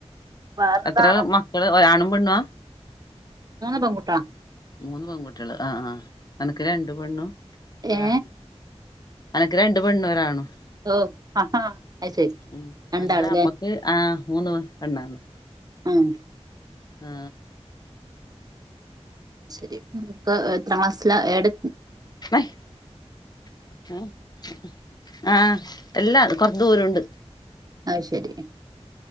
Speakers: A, on the right; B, on the left.
A: വേറെന്താണ്
B: എത്ര മക്കള് ഒരാണുംപെണ്ണ?
A: മൂന്ന്പെൺക്കുട്ടള
B: മൂന്ന് പെൺകുട്ടിയാള് ആ ആ എനക്ക് രണ്ട്പെണ്ണും ഒരാണ്.
A: ഏ
B: അനക്ക് രണ്ട്പെണ്ണൂരാണും
A: ഓ ആഹാ അത് ശരി
B: ഉം
A: രണ്ടാളല്ലേ
B: അന്റെ അമ്മക്ക് ആ മൂന്ന് <unintelligible>
A: <unintelligible>
B: ആ
A: ശരി പ്പൊഎത്രക്ലാസ്സില എട്
B: <unintelligible> ആ എല്ലാ കൊറച്ച്ദൂരുണ്ട്.
A: ആയ്ശരി